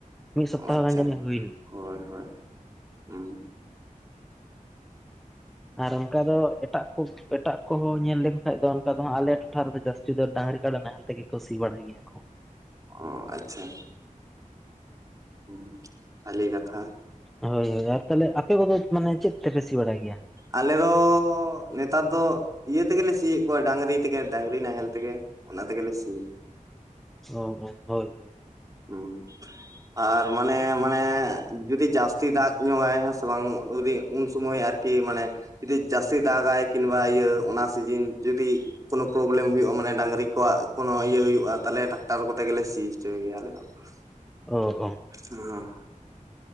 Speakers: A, in the centre; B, on the right.
A: ᱢᱤᱫ ᱥᱚᱯᱛᱟᱦᱚ
B: ᱚ ᱟᱪᱪᱷᱟ
A: ᱜᱟᱱ ᱡᱟᱹᱱᱤᱡ ᱦᱩᱭᱱᱟ
B: ᱦᱳᱭ -ᱦᱳᱭ ᱦᱩᱸ ᱾
A: ᱟᱨ ᱚᱝᱠᱟ ᱫᱚ ᱮᱴᱟᱜ ᱠᱚ ᱮᱴᱟᱜ ᱠᱚᱦᱚᱸ ᱧᱮᱞ ᱞᱮᱠᱚ ᱠᱷᱟᱡ ᱫᱚ ᱚᱱᱠᱟ ᱫᱚ ᱦᱟᱸᱜ ᱟᱞᱮ ᱴᱚᱴᱷᱟ ᱨᱮᱦᱚᱸ ᱡᱟᱹᱥᱛᱤ ᱠᱤᱪᱷᱩ ᱫᱚ ᱰᱟᱝᱨᱤ ᱠᱟᱰᱟ ᱱᱟᱦᱮᱞ ᱛᱮᱜᱮ ᱠᱚ ᱥᱤ ᱵᱟᱲᱟᱭ ᱜᱮᱭᱟ ᱾
B: ᱚ ᱟᱪᱪᱷᱟ ᱦᱩᱸ, ᱵᱷᱟᱞᱤ ᱠᱟᱛᱷᱟ
A: ᱦᱳᱭ ᱦᱳᱭ ᱟᱨ ᱛᱟᱞᱦᱮ ᱟᱯᱮ ᱠᱚᱫᱚ ᱢᱟᱱᱮ ᱪᱮᱫ ᱛᱮᱯᱮ ᱥᱤ ᱵᱟᱲᱟᱭ ᱜᱮᱭᱟ
B: ᱟᱞᱮᱚ ᱫᱚ ᱱᱮᱛᱟᱨ ᱫᱚ ᱤᱭᱟᱹ ᱛᱮᱜᱮᱞᱮ ᱥᱤᱭᱮᱫ ᱠᱚᱣᱟ ᱰᱟᱝᱨᱤ ᱛᱮᱜᱮ ᱰᱟᱝᱨᱤ ᱱᱟᱦᱮᱞ ᱛᱮᱜᱮ ᱚᱱᱟ ᱛᱮᱜᱮᱞᱮ ᱥᱤᱭᱟ
A: ᱚ, ᱚ ᱦᱳᱭ ᱦᱳᱭ
B: ᱦᱩᱸ ᱟᱨ ᱢᱟᱱᱮ ᱢᱟᱱᱮ ᱡᱩᱫᱤ ᱡᱟᱹᱥᱛᱤ ᱫᱟᱜ ᱧᱩᱚᱜᱟᱭ ᱦᱮᱸ ᱥᱮ ᱵᱟᱝ ᱡᱩᱫᱤ ᱩᱱ ᱥᱩᱢᱚᱭ ᱟᱨᱠᱤ ᱢᱟᱱᱮ ᱡᱩᱫᱤ ᱡᱟᱥᱛᱤ ᱫᱟᱜᱟᱭ ᱠᱤᱢᱵᱟ ᱤᱭᱟᱹ ᱚᱱᱟ ᱥᱤᱡᱤᱱ ᱡᱩᱫᱤ ᱠᱳᱱᱳ ᱯᱨᱚᱵᱽᱞᱮᱢ ᱦᱩᱭᱩᱜᱼᱟ ᱢᱟᱱᱮ ᱰᱟᱝᱨᱤ ᱠᱚᱣᱟᱜ ᱠᱳᱱᱳ ᱤᱭᱟᱹ ᱦᱩᱭᱩᱜᱼᱟ ᱛᱟᱞᱦᱮ ᱴᱨᱟᱠᱴᱟᱨ ᱠᱚᱛᱮ ᱜᱮᱞᱮ ᱥᱤ ᱦᱚᱪᱚᱭ ᱜᱮᱭᱟᱞᱮ <inaudible>
A: ᱚ ᱚ
B: ᱦᱚᱸ